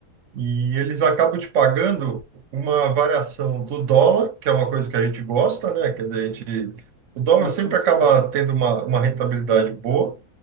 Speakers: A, on the right (about 65°); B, on the left (about 85°).
A: E eles acabam te pagando uma variação do dólar, que é uma coisa que a gente gosta, né? Quer dizer, a gente, o dólar
B: É,
A: sempre
B: com cer-
A: acaba tendo uma, uma rentabilidade boa.